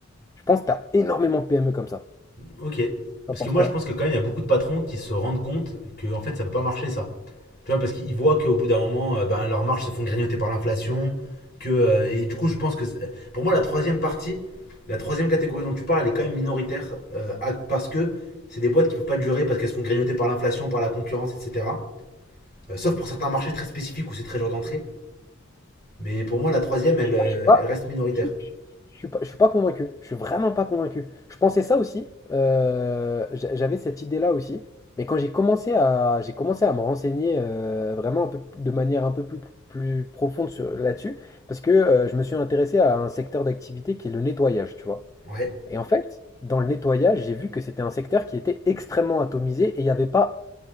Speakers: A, on the left; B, on the left.
A: Je pense que tu as énormément de PME comme ça.
B: ok. Parce
A: Tu penses
B: que moi,
A: quoi?
B: je pense que quand même, il y a beaucoup de patrons qui se rendent compte que en fait, ça peut pas marcher ça. Tu vois, parce qu'ils voient qu'au bout d'un moment, euh, ben, leurs marges se font grignoter par l'inflation. Que, euh, et du coup, je pense que c'est- pour moi, la troisième partie, la troisième catégorie dont tu parles, elle est quand même minoritaire euh, à- parce que c'est des boîtes qui ne peuvent pas durer parce qu'elles se font grignoter par l'inflation, par la concurrence, etc. Euh, sauf pour certains marchés très spécifiques où c'est très dur d'entrer. Mais pour moi, la troisième, elle, euh,
A: Moi, Je suis pas,
B: elle reste minoritaire.
A: je, je- je suis pas, je suis pas convaincu. Je suis vraiment pas convaincu. Je pensais ça aussi. euh, j'a- j'avais cette idée-là aussi. Mais quand j'ai commencé à, j'ai commencé à me renseigner euh, vraiment un peu, de manière un peu plus, plus profonde sur- là-dessus, parce que euh, je me suis intéressé à un secteur d'activité qui est le nettoyage, tu vois.
B: Ouais,
A: Et en fait, dans le nettoyage, j'ai vu que c'était un secteur qui était extrêmement atomisé et il y avait pas